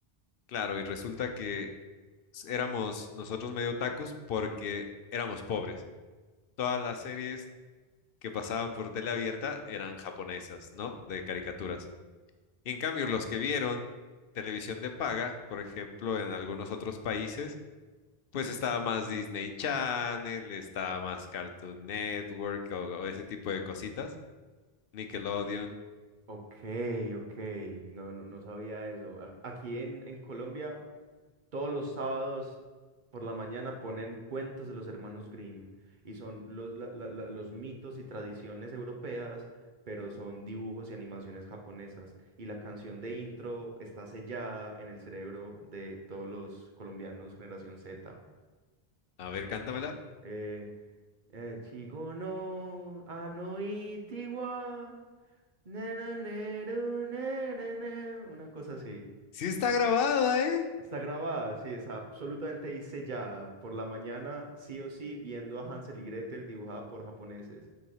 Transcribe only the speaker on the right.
Ok, ok, no, no, no sabía eso. A- Aquí en, en Colombia, todos los sábados por la mañana ponen cuentos de los hermanos Grimm y son los, la- la- la- los mitos y tradiciones europeas, pero son dibujos y animaciones japonesas. Y la canción de intro está sellada en el cerebro de todos los colombianos, generación Z.
えー、えー、稚語のあのiti wa, ne ne ne ru ne ne ne, una cosa así.
Está grabada, sí, está absolutamente ahí sellada. Por la mañana, sí o sí, viendo a Hansel y Gretel dibujada por japoneses.